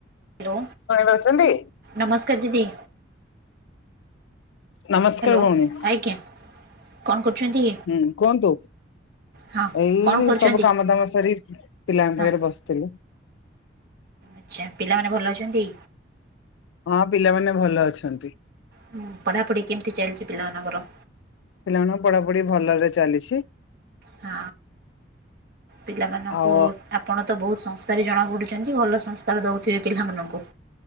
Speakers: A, on the right; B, on the left.
A: Hello
B: ଶୁଣିପାରୁଛନ୍ତି
A: ନମସ୍କାର ଦିଦି
B: ନମସ୍କାର
A: ହ୍ୟାଲୋ
B: ଭଉଣୀ
A: ଆଜ୍ଞା କଣ କରୁଛନ୍ତି?
B: ହୁଁ କୁହନ୍ତୁ
A: ହଁ
B: ଏଇ
A: କଣ କରୁଛନ୍ତି
B: ସବୁ କାମ ଦାମ ସରି ପିଲାଙ୍କ
A: ହଁ
B: ପାଖରେ ବସିଥିଲି
A: ଆଚ୍ଛା ପିଲାମାନେ ଭଲ ଅଛନ୍ତି।
B: ହଁ ପିଲାମାନେ ଭଲ ଅଛନ୍ତି
A: ହୁଁ ପଢାପଢି କେମିତି ଚାଲିଛି ପିଲାମାନଙ୍କର
B: ପିଲାମାନେ ପଢାପଢି ଭଲରେ ଚାଲିଛି
A: ହଁ ପିଲାମାନଙ୍କୁ
B: ଆଉ
A: ଆପଣ ତ ବହୁତ ସଂସ୍କାରୀ ଜଣାପଡ଼ୁଛନ୍ତି ଭଲ ସଂସ୍କାର ଦେଉଥିବେ ପିଲାମାନଙ୍କୁ